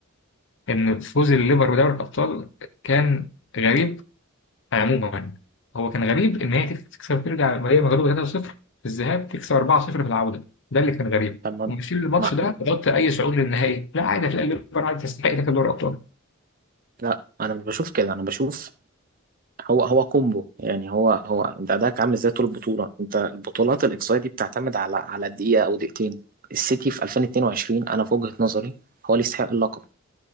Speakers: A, on the left; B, on the right.
A: ان فوز الليفر بدوري الابطال كان غريب عموما هو كان غريب ان هي تكسب ترجع وهي مغلوبه 3-0 في الذهاب تكسب 4-0 في العوده ده اللي كان غريب
B: طب ما...
A: ومشيل الماتش
B: ما...
A: ده بغض اي صعود للنهائي لا عادي هتلاقي الليفر عادي تستحق تاخد دوري الابطال
B: لا أنا مش بشوف كده أنا بشوف هو هو كومبو يعني هو هو انت اداك عامل ازاي طول البطوله انت البطولات الاقصائيه دي بتعتمد على على دقيقه او دقيقتين السيتي في 2022 انا في وجهه نظري هو اللي يستحق اللقب